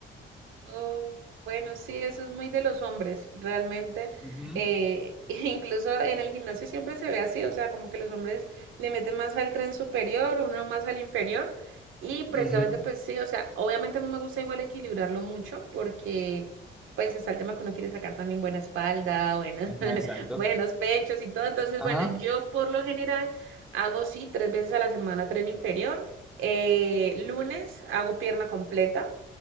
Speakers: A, on the right; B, in the centre.
A: Oh, bueno, sí, eso es muy de los hombres, realmente.
B: Ujú.
A: Eh, <laughs> incluso en el gimnasio siempre se ve así, o sea, como que los hombres le meten más al tren superior, uno más al inferior. Y precisamente,
B: Ujú.
A: pues sí, o sea, obviamente a mí me gusta igual equilibrarlo mucho porque, pues, está el tema que uno quiere sacar también buena espalda, buenos,
B: Ajá,
A: <laughs>
B: exacto.
A: buenos pechos y todo. Entonces, bueno,
B: Ajá.
A: yo por lo general hago, sí, tres veces a la semana tren inferior. Eh, lunes hago pierna completa.